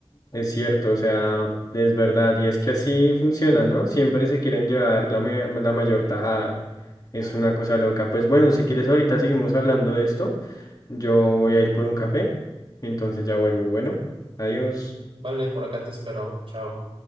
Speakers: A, on the left; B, on the right.
A: es cierto, o sea, es verdad, y es que así funciona, ¿no? Siempre se quieren llevar la, mea- la mayor tajada, es una cosa loca. Pues bueno, si quieres ahorita seguimos hablando de esto, yo voy a ir por un café, entonces ya vuelvo, bueno, adiós.
B: Vale, por acá te espero. Chao.